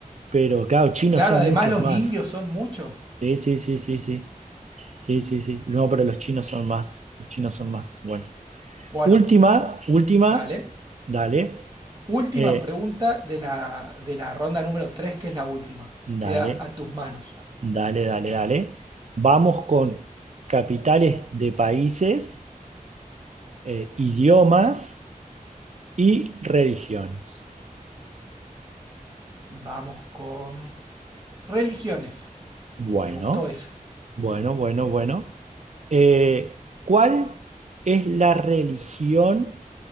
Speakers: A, on the right; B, on the right.
A: pero claro, chinos
B: claro,
A: son
B: además
A: muchos
B: los
A: más.
B: indios son muchos.
A: Sí, sí, sí,
B: El-
A: sí, sí. Sí, sí, sí. No, pero los chinos son más. Los chinos son más. Bueno.
B: Bueno,
A: Última, última.
B: dale.
A: Dale.
B: Última
A: eh,
B: pregunta de la, de la ronda número 3, que es la última.
A: dale,
B: Queda a tus manos.
A: dale, dale, dale. Vamos con capitales de países, eh, idiomas y religiones.
B: Vamos con religiones.
A: Bueno.
B: Me gustó esa.
A: Bueno, bueno, bueno. Eh, ¿cuál es la religión